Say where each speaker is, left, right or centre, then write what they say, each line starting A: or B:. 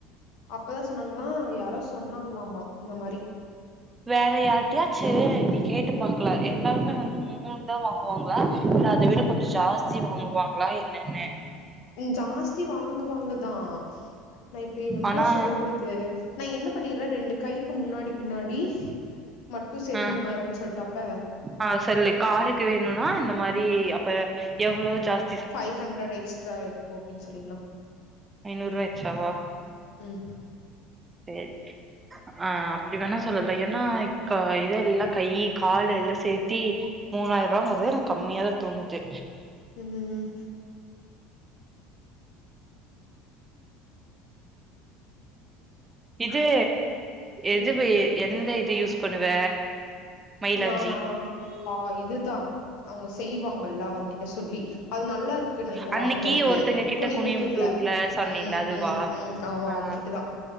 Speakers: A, on the left (about 70°); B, on the right (about 20°).
A: அப்பதா சொன்னாங்ளா யாரோ சொன்னாங்ளாமா இந்த மாரி
B: வேற யார்ட்டியாச்சு நீ கேட்டு பாக்கலா எல்லாருமே வந்து மூணு தா வாங்குவாங்ளா இல்ல அத விட ஞ்ச ஜாஸ்தி வாங்குவாங்களா என்னன்னு
A: ஜாஸ்தி வாங்குவாங்கதா நா இப்ப எவ்ளோ
B: ஆனா
A: சொல்றத் நா என்ன பண்ணிட்ற ரெண்டு கைக்கு முன்னாடி பின்னாடி மட்டு சேத்தி
B: ஆ
A: மூணாயிரம்னு சொல்ட்டாப்ப
B: ஆ சொல்லு காலுக்கு வேணும்னா இந்த மாரி அப்ப எவ்ளோ ஜாஸ்
A: ஃபைவ் ஹண்ட்ரட் எக்ஸ்ட்ரா இருக்கு அப்டின்னு சொல்லிலா
B: ஐநூறு ரூவா எச்சாவா
A: ம்
B: சேர் சேர் ஆ அப்டி வேணுன்னா சொல்ல ஏன்னா இத எல்லா கை கால் எல்லா சேத்தி மூணாய் ரூபாங்கறது எனக்கு கம்மியாதா தோணுது
A: ம் ம்
B: இது எதுவு
A: ம்
B: எந்த இது யூஸ் பண்ணுவ மயிலாஞ்சி
A: நானா ஆ இதுதா அவங்க செய்வாங்கல்ல அவங்கிட்ட சொல்லி அது நல்லா இருக்கு நா இப்ப
B: அன்னைக்கு
A: வாங்கறது
B: ஒருத்தங்க கிட்ட
A: கொனிமுத்தூர்ல
B: குனியமுத்தூர்ல சொன்னில
A: ம்
B: அதுவா
A: ம் உம் ஆமா
B: ஆ
A: அவங்கிட்ட தா